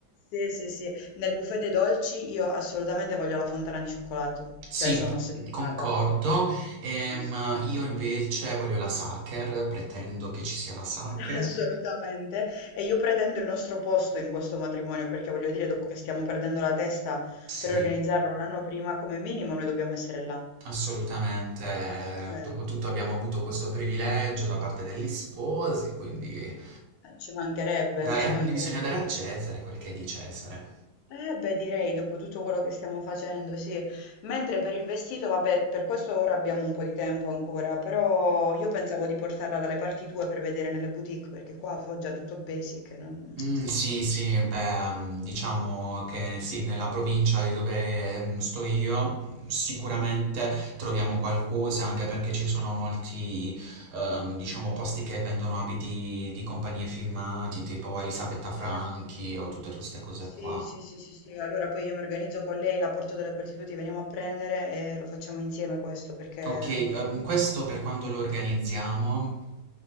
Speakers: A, on the left (about 75°); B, on the right (about 85°).
A: Sì, sì, sì. Nel buffet dei dolci io assolutamente voglio la fontana di cioccolato,
B: Sì,
A: cioè sono ossessionata.
B: concordo. Ehm,
A: Sono ossessionata.
B: io invece voglio la Sacher, pretendo che ci sia la Sacher.
A: <laughs> Assolutamente. E io pretendo il nostro posto in questo matrimonio perché voglio dire, dopo che stiamo perdendo la testa
B: Sì,
A: per organizzarlo un anno prima, come minimo noi dobbiamo essere là.
B: assolutamente.
A: Cioè,
B: Dopotutto abbiamo avuto questo privilegio da parte degli sposi, quindi
A: eh, ci mancherebbe,
B: dai,
A: ci
B: a-
A: mancherebbe.
B: bisogna dare a Cesare quel che è di Cesare.
A: Eh beh, direi dopo tutto quello che stiamo facendo, sì. Mentre per il vestito, vabbè, per questo ora abbiamo un po' di tempo ancora, però io pensavo di portarla dalle parti tue per vedere nelle boutique perché qua a Foggia è tutto basic. non-
B: Mhmm, sì, sì, beh, mhmm, diciamo che sì, nella provincia di dove, mhmm, sto io, mhmm, sicuramente troviamo qualcosa, anche perché ci sono molti, uhm, diciamo posti che vendono abiti di compagnie firmati, tipo Elisabetta Franchi
A: Eh.
B: o tutte queste cose
A: Sì,
B: qua.
A: sì, sì, sì, sì, allora poi io mi organizzo con lei, la porto dalle partite, ti veniamo a prendere e lo facciamo insieme questo perché...
B: Okay, uhm, questo per quando lo organizziamo?